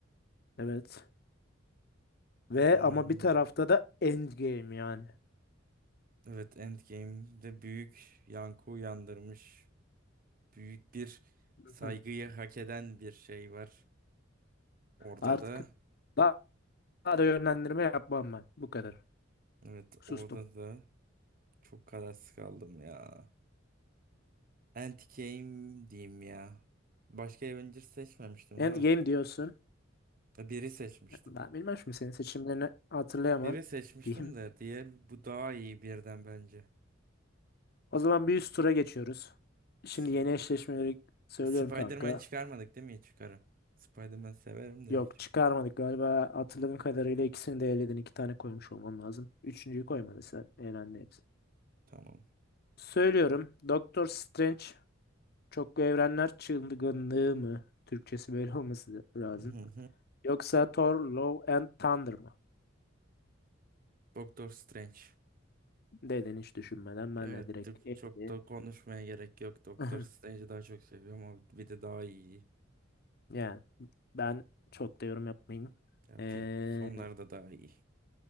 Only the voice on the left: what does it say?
Evet. Ve
ama bir tarafta da Endgame yani.
<laughs>
Artık
daha, daha da yönlendirme yapmam ben. Bu kadar.
Sustum.
Endgame
diyorsun.
Ben bilmem şimdi senin seçimlerini hatırlayamam.
Diyeyim
O zaman bir üst tura geçiyoruz. Şimdi
yeni eşleşmeleri söylüyorum
kanka.
Yok
çıkarmadık galiba hatırladığım kadarıyla ikisini de eledin. iki tane koymuş olman lazım. Üçüncüyü koymadın sen. Elendi hepsi.
Söylüyorum. Doktor Strange çoklu evrenler çılgınlığı mı? Türkçesi böyle olması lazım.
Yoksa Thor Love and Thunder mı?
Dedin hiç düşünmeden ben
de direkt
eledim.
<laughs>
Yani ben çok da yorum yapmayayım.
Ee,